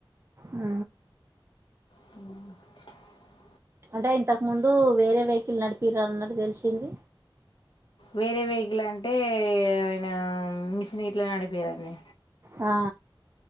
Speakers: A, on the right; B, on the left.
A: ఆ
B: ఆ
A: అంటే ఇంతకు ముందు వేరే వెహికిల్ నడిపిర్ అన్నట్టు తెలిసింది
B: వేరే వెహికల్ అంటే ఆయన మిషన్ గిట్ల నడిపిర్రండి
A: ఆ